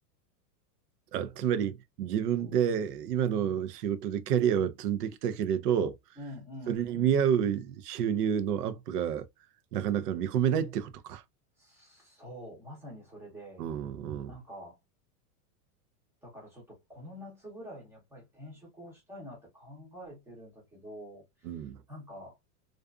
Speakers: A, on the right (about 85°); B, in the centre.
A: あ、つまり自分で今の仕事でキャリアを積んできたけれど、
B: うんうんうん。
A: それに見合う収入のアップがなかなか見込めないってことか。
B: そう、まさにそれで、
A: うんうん。
B: なんか、だからちょっとこの夏ぐらいにやっぱり転職をしたいなって考えてるんだけど、
A: うん。
B: なんか、